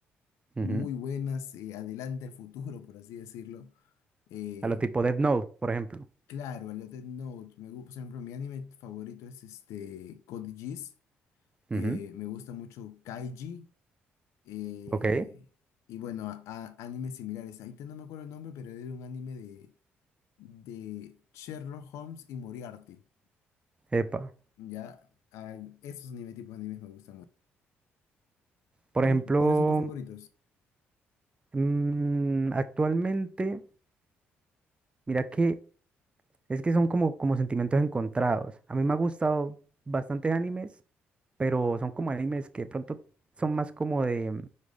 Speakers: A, on the right; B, on the left.
A: ujú,
B: muy buenas, eh, adelanta el futuro, por así decirlo. Eh,
A: A lo tipo Death Note, por ejemplo.
B: claro, a lo Death Note. Me gusta, por ejemplo, mi anime favorito es este Code Geass.
A: Ujú,
B: eh, me gusta mucho Kaiji, eh,
A: Ok,
B: y bueno, a- a- animes similares. Ahorita no me acuerdo el nombre, pero era un anime de, de Sherlock Holmes y Moriarty.
A: epa.
B: Ya, Ah, esos anime, tipos de animes me gustan mucho.
A: Por
B: Son-
A: ejemplo,
B: ¿Cuáles son tus favoritos?
A: mm, actualmente, mira que es que son como, como sentimientos encontrados. A mí me ha gustado bastantes animes pero son como animes que de pronto son más como de,